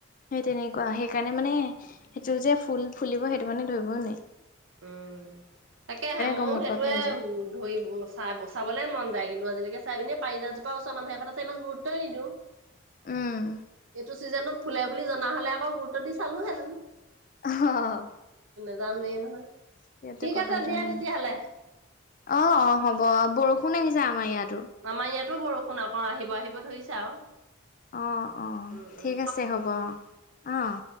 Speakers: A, on the left; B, on the right.
A: সেই তেনেকুৱা সেইকাৰণে মানে সেইটো যে ফুল ফুলিব সেইটো মানে ধৰিব নুৱাই
B: উম তাকেহে মোৰ
A: গম নোপোৱাকে
B: সেইটয়ে
A: হৈ যায়
B: উম, ধৰি চ- চাবলে মন যায় কিন্তু আজিলৈকে চাই এনে পাৰিজাতজোপা ওচৰ মানুহ এঘত আছে ইমান গুৰুত্বই নিদিওঁ
A: উম
B: এইটো চিজনত ফুলে বুলি জনা হলে আকৌ গুৰুত্ব দি চালো হেঁতেন
A: আহ
B: জানোৱে নহয়
A: সেইটো
B: ঠিক
A: কথাটো
B: আছে দিয়া
A: ম
B: তেতিয়াহ'লে।
A: অ অ হ'ব বৰষুণ আহিছে আমাৰ ইয়াত
B: আমাৰ ইয়াতো বৰষুণ আকৌ আহিব - আহিব ধৰিছা আৰু।
A: অ, অ,
B: উম উম
A: ঠিক আছে হ'ব অ'।